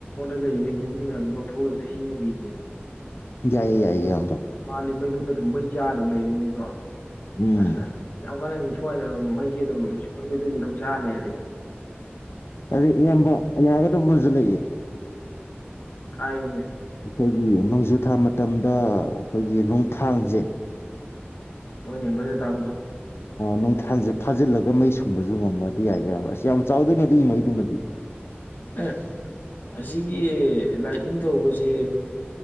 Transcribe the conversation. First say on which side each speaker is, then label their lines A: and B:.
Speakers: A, on the left; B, on the left.
A: ꯂꯩꯔꯤꯕ ꯏꯅꯔꯖꯤ ꯃꯌꯥꯝ ꯂꯧꯊꯣꯛꯈꯛꯇ ꯁꯤꯖꯤꯟꯅꯒꯦꯁꯤꯅꯦ꯫
B: ꯌꯥꯏꯌꯦ ꯌꯥꯏꯌꯦ ꯏꯌꯥꯝꯕ꯫
A: ꯃꯥꯗꯤ ꯃꯩꯕꯨꯟꯗ ꯑꯗꯨꯝ ꯃꯩꯆꯥꯥ ꯑꯗꯨꯝ ꯂꯩꯕꯅꯤ ꯅꯠꯇ꯭ꯔꯣ꯫
B: ꯎꯝ
A: ꯑꯁ ꯀꯌꯥꯝ ꯀꯅꯥꯅꯤ ꯁꯋꯥꯏꯗ ꯑꯗꯨꯝ ꯃꯩꯒꯤ ꯑꯗꯨꯝ ꯁꯨꯡꯂꯦꯞ ꯂꯦꯞꯇꯕꯤ ꯑꯗꯨꯝ ꯆꯥꯛꯂꯩꯔꯗꯤ꯫
B: ꯀꯔꯤ ꯏꯌꯥꯝꯕ ꯌꯥꯔꯦ <unintelligible>
A: ꯍꯥꯏꯌꯨꯅꯦ꯫
B: ꯑꯩꯈꯣꯏꯒꯤ ꯅꯣꯡꯖꯨꯊꯥ ꯃꯇꯝꯗ ꯑꯩꯈꯣꯏꯒꯤ ꯅꯣꯡ ꯊꯥꯡ ꯖꯦ
A: ꯍꯣꯏꯅꯦ ꯕꯖꯔ ꯇꯥꯕꯗꯣ꯫
B: ꯅꯨꯡꯊꯥꯡꯁꯦ ꯐꯥꯖꯤꯜꯂꯒ ꯃꯩ ꯁꯨꯡꯕꯁꯨ ꯉꯝꯃꯗꯤ ꯌꯥꯏ ꯌꯥꯕ ꯑꯁ ꯌꯥꯝ ꯆꯥꯎꯗꯣꯏꯅꯦ ꯑꯗꯨꯒꯤ ꯃꯩꯗꯨꯃꯗꯤ
A: ꯑꯦ ꯑꯁꯤꯒꯤ ꯂꯥꯏꯅꯤꯡ ꯇꯧꯕꯁꯦ